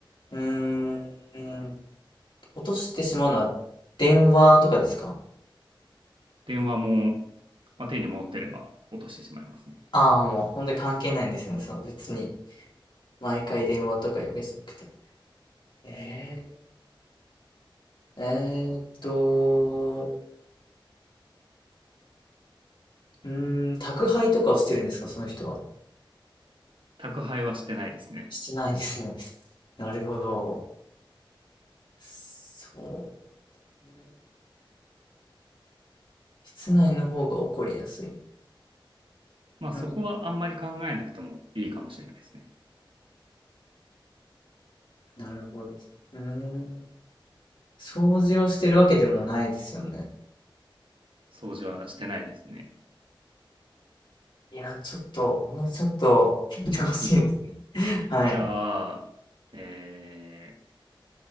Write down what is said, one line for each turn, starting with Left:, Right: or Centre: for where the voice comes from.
Left: うーん。落としてしまうのは電話とかですか
Right: 電話も、まあ、手に持ってれば落としてしまいますね。
Left: ああー、もう本当に関係ないんですね。その別に毎回電話とかいうわけじゃなくて。えー、えーっと、うーん、宅配とかをしてるんですか、その人は。
Right: 宅配はしてないですね。
Left: してないですね。<laughs> なるほど。そう。うん室内の方が起こりやすい。
Right: まあそこはあんまり考えなくてもいいかもしれないですね。
Left: うん、なるほどです。うーん。掃除をしてるわけでもないですよね。
Right: 掃除はしてないですね。
Left: いや、ちょっと、もうちょっと、聞いてほしいですね。
Right: ヒントを。
Left: <laughs> はい。
Right: じゃあ、えー、